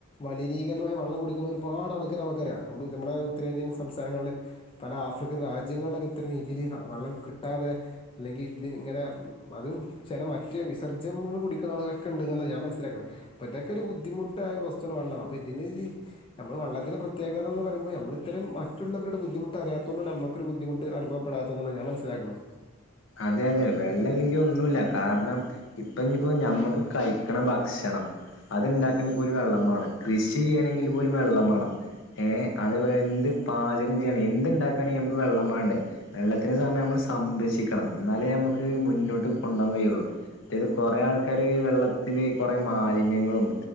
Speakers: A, on the left (about 25°); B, on the left (about 65°).
A: മലിനീകരണമായ വെള്ളം കുടിക്കുന്ന ഒരുപാട് ആൾക്കാർ നമുക്കറിയാം നമ്മുടെ ഉത്തരേന്ത്യൻ സംസ്ഥാനങ്ങളിൽ പല ആഫ്രിക്കൻ രാജ്യങ്ങളിലൊക്കെ ഇത്തരം രീതിയിൽ വെള്ളം കിട്ടും കിട്ടാതെ അല്ലെങ്കിൽ ഇതി ഇങ്ങനെ അതും ചില മറ്റ് വിസജ്ജം കുടിക്കുന്ന ആളുകളൊക്കെ ഉണ്ടെന്നുള്ള ഞാൻ മനസ്സിലാക്കുന്നത് അപ്പോൾ ഇതൊക്കെ ഒരു ബുദ്ധിമുട്ടായ ഒരു വസ്തുവ വെള്ളം അപ്പോൾ ഇതിന് നമ്മൾ വെള്ളത്തിന് പ്രത്യേക യെന്ന് പറയുമ്പോൾ നമ്മൾ ഇത്തരം മറ്റുള്ളവരുടെ ബുദ്ധിമുട്ട് അറിയാത്തുകൊണ്ട് നമുക്കൊരു ബുദ്ധിമുട്ട് അനുഭവപ്പെടത്തെ എന്നാണ് ഞാൻ മനസിലാക്കുന്നത് മനസിലാകണേ
B: അതെ അതെ വെള്ളം ഇല്ലെങ്കിൽ ഒന്നുമില്ല കാരണം ഇപ്പ ഇയിപ്പോ നമ്മുക്ക് കഴിക്കണ ഭക്ഷണം അതുണ്ടാക്കണിൽ പോലും വെള്ളം വേണം കൃഷി ചെയ്യണമെങ്കിൽ പോലും വെള്ളം വേണം ഏ അതേപോലെ എന്ത് പാചകം ചെയ്യണെ എന്ത് ഉണ്ടാക്കണമെങ്കിൽ നമുക്ക് വെള്ളം വേണ്ടേ വെള്ളത്തിന് സമയം നമ്മൾ സംരക്ഷിക്ക ക്കണം എന്നാലേ നമ്മുക്ക് മുന്നോട്ട് കൊണ്ടുപോകാൻ കഴിയുള്ളു മറ്റേത് കുറെ ആൾക്കാാര് വെള്ളത്തില് കുറെ മാലിന്യങ്ങളും